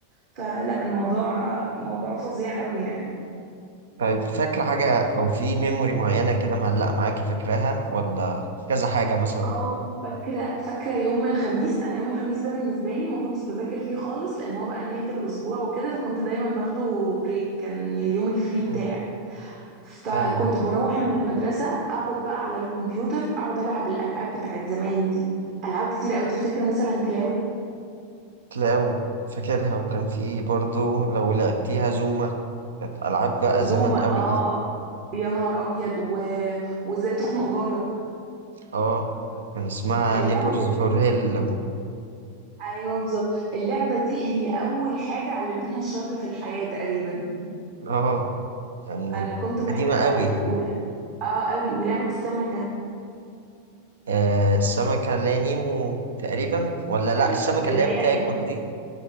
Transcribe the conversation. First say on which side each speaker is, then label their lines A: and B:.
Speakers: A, on the right (about 45°); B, on the right (about 65°).
A: فلا الموضوع موضوع فظيع قوي يعني
B: طيب فاكره حاجه او في ميموري معينه كده معلقه معاكي فاكراها ولا كذا حاجه مثلا
A: اه فاكرة فاكرة يوم الخميس أنا يوم الخميس ده بالنسبة لي ما كنتش بذاكر فيه خالص لأن هو بقى نهاية الأسبوع وكده فكنت دايما باخده بريك كان اليوم الفري بتاعي
B: امم
A: فكنت
B: ايوه
A: بروح من المدرسة أقعد بقى على الكمبيوتر أقعد ألعب الألعاب بتاعت زمان دي ألعاب كتير أوي تفتكر مثلا كلاو
B: تلاقوا فاكرها وكان في ايه برضو لو لعبتيها زوما كانت العاب بقى زمان
A: زوما
B: قوي
A: اه
B: دي
A: يا نهار أبيض و... وإزاي تخنق جارك
B: اه كان اسمها
A: اللعبة
B: نيبورز
A: دي
B: فور هيل
A: أيوه بالظبط اللعبة دي هي أول حاجة علمتنا الشر في الحياة تقريبا
B: اه يعني
A: انا كنت بحبها
B: قديمه قوي
A: قوي و... اه قوي ولعبة السمكة
B: آه السمكة اللي هي نيمو تقريبا ولا لا
A: ايوه
B: السمكة
A: اللي
B: اللي هي
A: هي
B: بتاكل دي